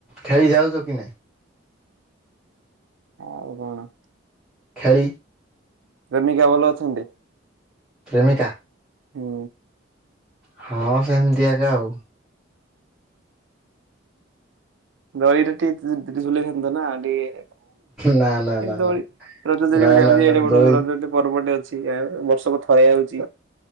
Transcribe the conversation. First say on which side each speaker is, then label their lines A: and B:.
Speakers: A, in the centre; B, on the right (about 80°).
A: ଖେଳି ଯାଉଛ କି ନାଇଁ।
B: ଆଉ କଣ।
A: ଖେଳି
B: ପ୍ରେମିକା ଭଲ ଅଛନ୍ତି?
A: ପ୍ରେମିକା
B: ହୁଁ
A: ହଁ ସେମିତି ଆକା ଆଉ।
B: <unintelligible> କଣ କିଛି ଗୋଟେ ନାଇଁ
A: ନା ନା ନା
B: ଦୋଳି
A: ନା
B: ରଜଦୋଳି
A: ନା
B: ଗୋଟେ ଆଉଚି
A: ନା ନା
B: ଏଡ଼େ ବଡ଼
A: ଦୋଳି
B: ରଜଟେ ପର୍ବ ଟେ ଅ ଛି ଆଉ ବର୍ଷକୁ ଥରେ ଆଉଚି